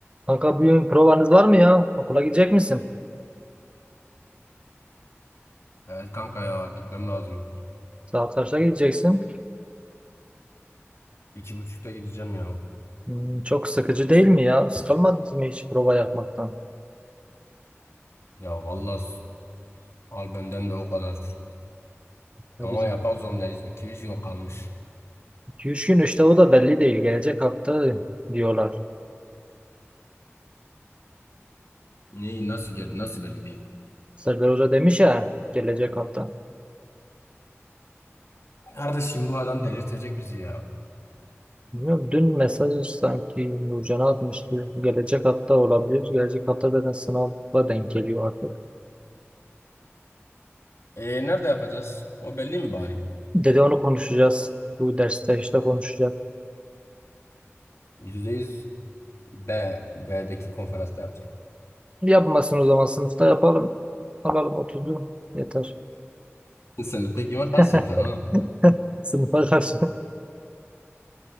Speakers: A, on the right; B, on the left.
A: Kanka bugün provanız var mı ya? Okula gidecek misin?
B: Evet kanka ya gitmem lazım.
A: Saat kaçta gideceksin?
B: İki buçukta gideceğim ya.
A: Hmm, çok sıkıcı değil mi ya? Sıkılmadınız mı hiç prova yapmaktan?
B: Ya vallahi s- al benden de o kadar.
A: Ya
B: Ama
A: bizim
B: yapmak zorundayız. iki üç gün kalmış.
A: 2-3 gün işte o da belli değil. Gelecek hafta diyorlar.
B: Neyi nasıl gel nasıl belli değil.
A: Serdar Hoca demiş ya gelecek hafta.
B: Kardeşim bu adam delirtecek bizi ya.
A: Bilmiyorum, dün mesaj sanki Nurcan'a atmıştı. Gelecek hafta olabilir. Gelecek hafta zaten sınava denk geliyor artık.
B: E nerede yapacağız? O belli mi bari?
A: Dedi onu konuşacağız. Bu derste işte konuşacak.
B: Yüzde yüz B, B'deki konferansta yapacak.
A: Yapmasın o zaman sınıfta yapalım. Alalım otuzu Yeter.
B: <laughs> Sen de tek var ters
A: <laughs>
B: yapacaksın ha.
A: Sınıfa karşı. <laughs>